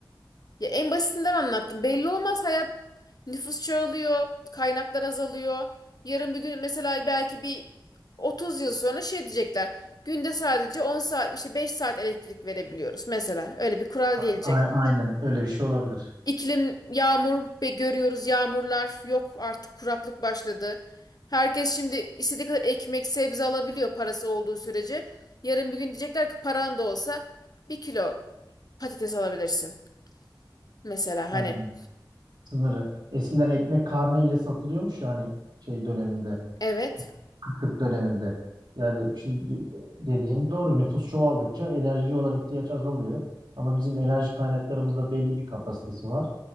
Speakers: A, on the left; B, on the right.
A: ya en basitinden anlattım. Belli olmaz hayat nüfus çoğalıyor, kaynaklar azalıyor. Yarın bir gün mesela belki bir 30 yıl sonra şey diyecekler. Günde sadece 10 saat işte 5 saat elektrik verebiliyoruz mesela. Öyle bir kural
B: a-
A: gelecek.
B: a- aynen öyle bir şey olabilir.
A: İklim yağmur be görüyoruz yağmurlar yok artık kuraklık başladı. Herkes şimdi istediği kadar ekmek sebze alabiliyor parası olduğu sürece. Yarın bir gün diyecekler ki paran da olsa bir kilo patates alabilirsin. Mesela
B: Aynen
A: hani
B: sınırı. Eskiden ekmek karneyle satılıyormuş yani şey döneminde.
A: evet.
B: kıtlık döneminde. Yani şimdi dediğin doğru nüfus çoğaldıkça enerjiye olan ihtiyaç azalıyor. Ama bizim enerji kaynaklarımızda belli bir kapasitesi var.